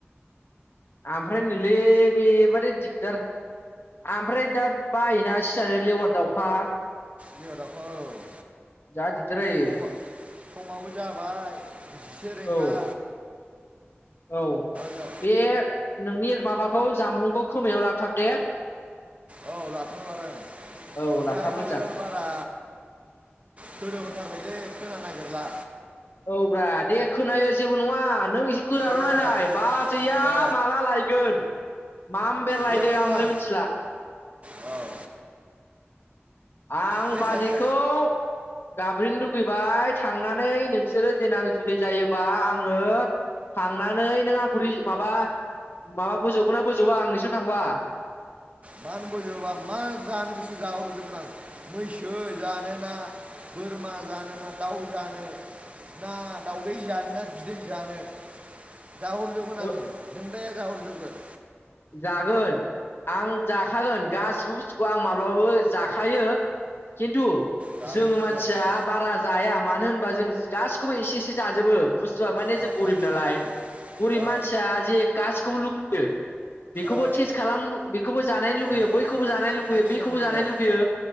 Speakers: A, on the left (about 60°); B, on the right (about 30°).
A: ओमफ्राय नोंलै बेबादै दिगदार आमफ्राय दा बायोना सिजानो लेवार दाउखा
B: लेवार दावखा औ
A: जा दिगदार जायो
B: समा समाबो जाबाय जिसे रेंगा
A: औ औ
B: जा
A: बे नोंनि माबाखौ जामबुंखौ खोमायाव लाथाब दे।
B: औ लाथारमारदों
A: औ
B: अखायाबो
A: लाथाब मोजां
B: बारा सोदोब होथारबायलै खोनानो नागिरला।
A: औ ब्रा दे खोनायो जेबो नङा नों गोराल'
B: इउनवार्डआ
A: रायलाय बाजैया
B: औ
A: माला लायगोन? माम बेर लायदो
B: जेबो नङा
A: आं अले मिथिला।
B: औ
A: आं
B: बे
A: बाजैखौ
B: सासे
A: गाज्रिनो लुबैबाय थांनानै नोंसोरो देनां जुलि जायोबा आङो थांनानै नों आंखौ रिजि माबा माबा बोजबगोना बोजबा आं नोंसिनाव थांबा?
B: मानो बोजबा मा जानो गोसो जाहो हरजोबगोन आं मैसो जानोना बोरमा जानो ना दाउ जानो ना दाउदैसो जानो ना बिदै जानो? जाहरजोबगोन आङो
A: ओ
B: नोंदाया जाहोहरजोबगोन।
A: जागोन आं जाखा गोन गासिबो बुस्थुखौ आं माब्लाबाबो जाखायो खिन्थु
B: जाजोबनांगोन
A: जोङो मानसिया
B: औ
A: बारा जाया मानो होनोबा जों गासिखौबो एसे एसे जाजोबो। बुस्थुआ माने
B: औ
A: जों
B: साखिनांगोन
A: गरिब नालाय, गरिब
B: औ
A: मानसिया जे गासिखौबो लुबैयो। बेखौबो
B: औ
A: टेस्ट खालाम बेखौबो जानायनो लुगैयो
B: औ
A: बैखौबो जानायनो लुगैयो
B: साखिनायनांगौ
A: बेखौबो जानो लुगैयो।